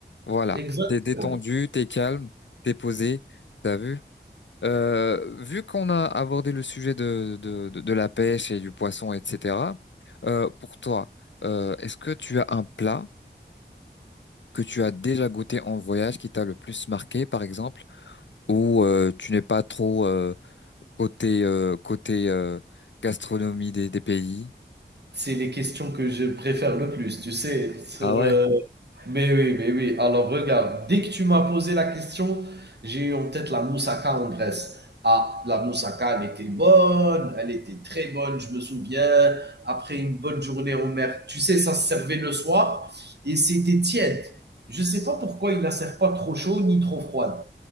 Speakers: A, on the left; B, on the right.
A: Voilà,
B: exactement.
A: t'es détendu, t'es calme, t'es posé, t'as vu? Euh, vu qu'on a abordé le sujet de, de, de, de la pêche et du poisson, etc., euh, pour toi, euh, est-ce que tu as un plat que tu as déjà goûté en voyage qui t'a le plus marqué, par exemple, ou euh, tu n'es pas trop euh, côté, euh, côté euh, gastronomie des, des pays?
B: C'est les questions que je préfère le plus, tu sais, sur,
A: Ah ouais,
B: heu mais oui, mais oui. Alors regarde, dès que tu m'as posé la question, j'ai eu en tête la moussaka en Grèce. Ah, la moussaka, elle était bonne, elle était très bonne, je me souviens. Après une bonne journée en mer, tu sais, ça se servait le soir et c'était tiède. Je ne sais pas pourquoi ils la servent pas trop chaud ni trop froide.